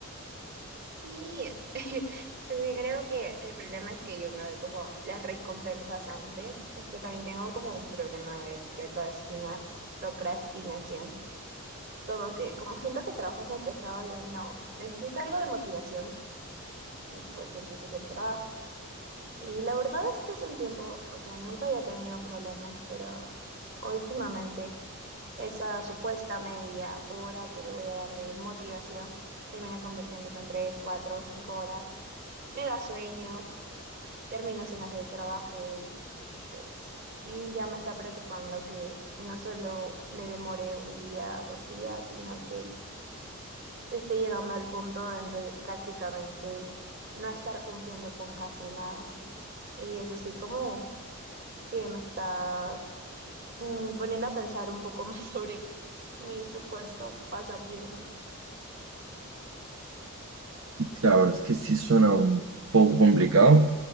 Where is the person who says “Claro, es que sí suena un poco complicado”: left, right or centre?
Right